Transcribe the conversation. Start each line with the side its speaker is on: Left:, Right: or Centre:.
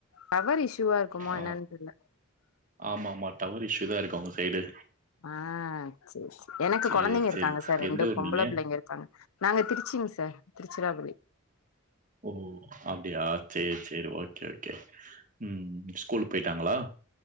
Left: டவர் இஷ்யூவா இருக்குமோ
Right: ஆ
Left: என்னான்னு தெர்ல
Right: ஆமா ஆமா டவர் இஷ்யூ தா இருக்கு அவங்க சைடு
Left: ஆ சேரிசேரி எனக்கு
Right: சேரி
Left: கொழந்தைங்க
Right: சேரி
Left: இருக்காங்க சார் ரெண்டு
Right: எந்த ஊர்
Left: பொம்பள
Right: நீங்க
Left: புள்ளைங்க இருக்காங்க நாங்க திருச்சிங் சார் திருச்சிராப்பள்ளி
Right: ஓ அப்டியா சேரி சேரி ஓகே ஓகே ம் ஸ்கூலு போயிட்டாங்களா